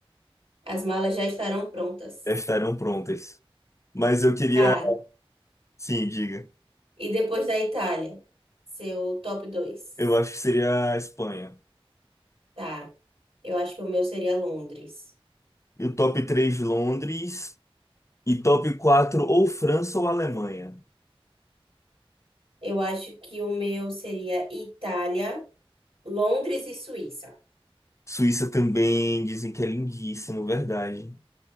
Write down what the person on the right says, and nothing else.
As malas já estarão prontas.
Tá.
E depois da Itália, seu top 2,
Tá. Eu acho que o meu seria Londres.
Eu acho que o meu seria Itália, Londres e Suíça.